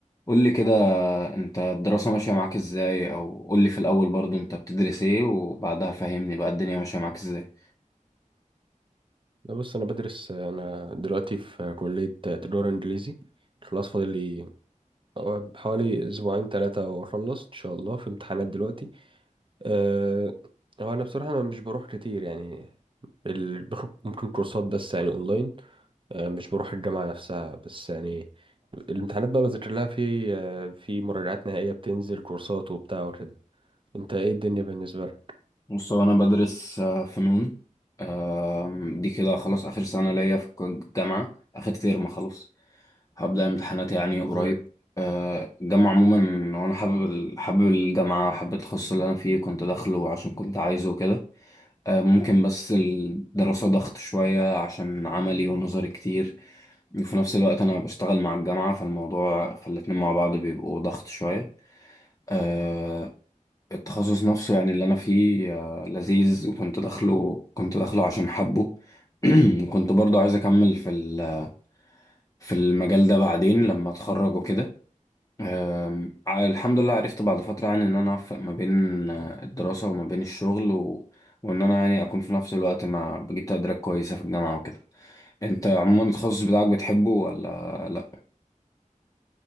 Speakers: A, on the left (about 25°); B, on the right (about 40°).
A: قول لي كده انت الدراسة ماشية معاك ازاي او قول لي في الاول برضو انت بتدرس ايه وبعدها فهمني بقى الدنيا ماشية معاك ازاي
B: لا بص انا بدرس انا دلوقتي في كلية تجارة انجليزي خلاص فاضل لي حوالي اسبوعين ثلاثة واخلص ان شاء الله في امتحانات دلوقتي أه هو انا بصراحة انا مش بروح كتير يعني ال... باخد ممكن كورسات بس يعني اونلاين أه مش بروح الجامعة نفسها بس يعني الامتحانات بقى بذاكر لها في أه في مراجعات نهائية بتنزل كورسات وبتاع وكده انت ايه الدنيا بالنسبة لك
A: بص هو انا بدرس آه، فنون آم، دي كده خلاص اخر سنة ليا في الجامعة اخر ترم خلاص هبدأ امتحانات يعني قريب
B: مم.
A: آه، الجامعة عموما وانا حابب ال- حابب الجامعة حابب التخصص اللي انا فيه كنت داخله عشان كنت عايزه وكده آه، ممكن بس الدراسة ضغط شوية عشان عملي ونظري كتير وفي نفس الوقت أنا بشتغل مع الجامعة فالموضوع فالاتنين مع بعض بيبقوا ضغط شوية آه، التخصص نفسه يعني اللي أنا فيه آه، لذيذ وكنت داخله كنت داخله عشان حبه <clears throat> وكنت برضو عايز أكمل في ال- في المجال ده بعدين لما أتخرج وكده أم، ع- الحمد لله عرفت بعد فترة يعني إن أنا أوفق ما بين آه، الدراسة وما بين الشغل و... وإن أنا يعني أكون في نفس الوقت مع بجيب تقديرات كويسة في الجامعة وكده أنت عموما التخصص بتاعك بتحبه ولا لأ؟